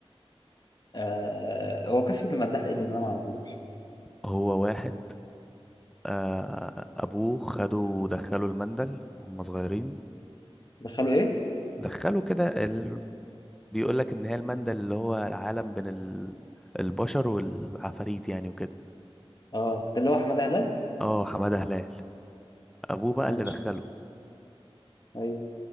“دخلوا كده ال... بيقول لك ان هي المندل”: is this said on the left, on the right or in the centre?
Centre